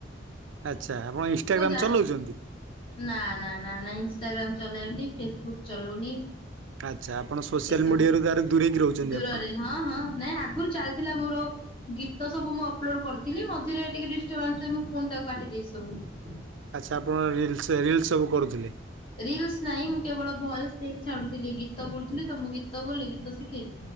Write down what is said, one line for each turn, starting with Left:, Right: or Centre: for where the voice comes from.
Right: ଆଚ୍ଛା ଆପଣ ଇନଷ୍ଟାଗ୍ରାମ୍
Left: ଯାଚ୍
Right: ଚଲଉଛନ୍ତି?
Left: ନା ନା ନା ନା ଇଷ୍ଟାଗ୍ରାମ ଚଲଉନି ଫେସବୁକ୍ ଚଲଉନି?
Right: ଆଚ୍ଛା ଆପଣ ସୋସିଆଲ୍
Left: ଏସବୁଠୁ
Right: ମିଡ଼ିଆରୁ ତାରେ ଦୂରେଇକି ରହୁଛନ୍ତି
Left: ଦୂରରେ
Right: ଆପଣ?
Left: ହଁ ହଁ ନାଇଁ ଆଗରୁ ଚାଲିଥିଲା ମୋର ଗୀତ ସବୁ ମୁଁ ଅପଲୋଡ କରିଥିଲି ମଝିରେ ଟିକେ ଡିଷ୍ଟବାନ୍ସ ପାଇଁ ମୁଁ ପୁଣି ତାକୁ କାଟିଦେଇଛି ସବୁ।
Right: ଆଚ୍ଛା ଆପଣ ରିଲ୍ସ ରିଲ୍ସ ସବୁ କରୁଥିଲେ।
Left: ରିଲ୍ସ ନାଇ ମୁଁ କେବଳ ଭଏସ ଦେଇକି ଛାଡୁଥିଲି ଗୀତ ବୁଲୁଥିଲି ତ ମୁଁ ଗୀତ ବୋଲି ଗୀତ ଶିଖେଇ।